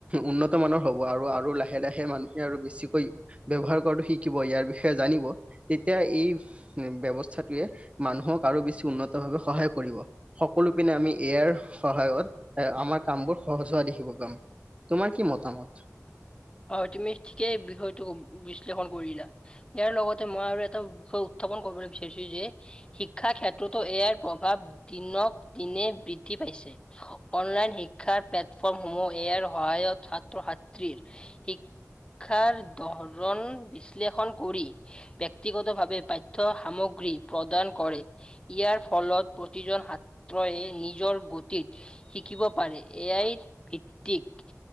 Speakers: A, on the right (about 25°); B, on the left (about 20°).
A: উন্নত মানৰ হ'ব আৰু আৰু লাহে, লাহে মানুহে আৰু বেছিকৈ ব্যৱহাৰ কৰাটো শিকিব, ইয়াৰ বিষয়ে জানিব, তেতিয়া এই ব্যৱস্থাটোৱে মানুহক আৰু বেছি উন্নত ভাৱে সহায় কৰিব। সকলো পিনে আমি এ আই ৰ সহায়ত আমাৰ কামবোৰ সহজ হোৱা দেখিব পাম। তোমাৰ কি মতামত?
B: হয়, তুমি ঠিকেই বিষয়টোক বিশ্লেষণ কৰিলা। ইয়াৰ লগতে মই আৰু এটা বিষয় উত্থাপন কৰিবলৈ বিচাৰিছো যে শিক্ষা ক্ষেত্ৰতো এ আইৰ প্ৰভাৱ দিনক দিনে বৃদ্ধি পাইছে। অনলাইন শিক্ষাৰ প্লেটফৰ্ম সমূহ এ আইৰ সহায়ত ছাত্ৰ ছাত্ৰীৰ শিক্ষাৰ ধৰণ বিশ্লেষণ কৰি ব্যক্তিগত ভাৱে পাঠ্য সামগ্ৰী প্ৰদান কৰে। ইয়াৰ ফলত প্ৰতিজন সাত্ৰয়ে নিজৰ গতিত শিকিব পাৰে এ য়াই ভিত্তিক